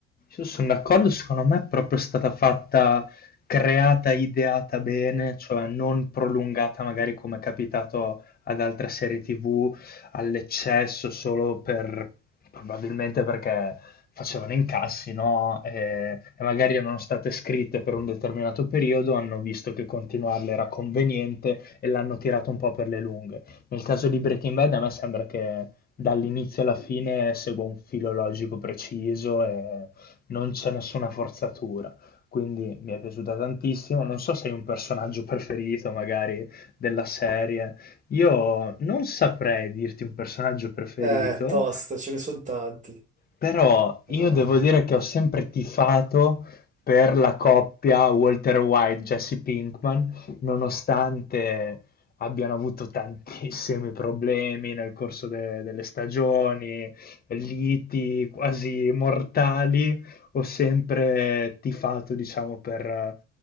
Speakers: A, on the left; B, on the right.
A: Io sono d'accordo, secondo me è proprio stata fatta, creata, ideata bene, cioè non prolungata magari come è capitato ad altre serie TV all'eccesso solo per probabilmente perché facevano incassi, no? E, e magari erano state scritte per un determinato periodo, hanno visto che continuarle era conveniente e l'hanno tirato un po' per le lunghe. Nel caso di Breaking Bad a me sembra che dall'inizio alla fine segua un filo logico preciso e non c'è nessuna forzatura. Quindi mi è piaciuta tantissimo. Non so se hai un personaggio preferito, magari della serie. Io non saprei dirti un personaggio preferito,
B: Eh, tosta, ce ne sono tanti.
A: però io
B: Ah.
A: devo dire che ho sempre tifato per la coppia Walter White-Jesse Pinkman, nonostante abbiano avuto tantissimi problemi nel corso de- delle stagioni, liti quasi mortali, ho sempre tifato, diciamo, per